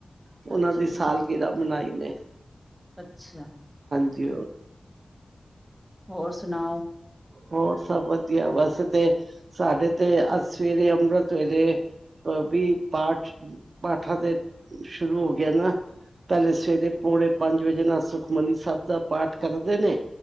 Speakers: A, on the right (about 65°); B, in the centre.
A: ਉਹਨਾਂ
B: ਅੱਛਾ
A: ਦੀ
B: ਅੱਛਾ
A: ਸਾਲਗਰਾ ਮਨਾਈ ਨੇ
B: ਅੱਛਾ!
A: ਜ
B: ਹੋਰ ਸੁਣਾਓ
A: ਹੋਰ ਸਭ ਵਧੀਆ ਵੈਸੇ ਤੇ ਸਾਡੇ ਤੇ ਸਵੇਰੇ ਅੰਮ੍ਰਿਤ ਵੇਲੇ ਵੀ ਪਾਠ ਪਾਠਾਂ ਦੇ ਸ਼ੁਰੂ ਹੋ ਗਿਆ ਨਾ ਪਹਿਲੇ ਸਵੇਰੇ ਪੌਣੇ ਪੰਜ ਵਜੇ ਨਾਲ ਸੁਖਮਨੀ ਸਾਹਿਬ ਦਾ ਪਾਠ ਕਰਦੇ ਨੇ